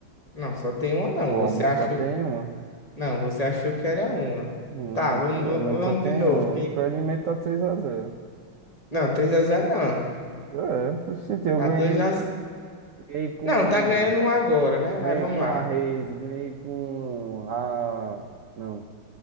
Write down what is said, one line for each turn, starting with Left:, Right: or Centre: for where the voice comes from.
Left: Não, só tem uma não.
Right: Atualmente
Left: Você achou
Right: só tem uma.
Left: Não, você achou que era uma.
Right: Hum,
Left: Tá, vamos,
Right: atualmente
Left: va- vamos
Right: só tem
Left: de novo.
Right: uma.
Left: Que...
Right: Pra alimentar três x 0
Left: Não, três x 0 não.
Right: É, oxi, eu
Left: Tá
Right: ganhei,
Left: dois x 0
Right: ganhei com.
Left: Não, tá ganhando um agora, né?
Right: Ganhei
Left: Mas vamos
Right: com
Left: lá.
Right: a Reis, ganhei com a. Não,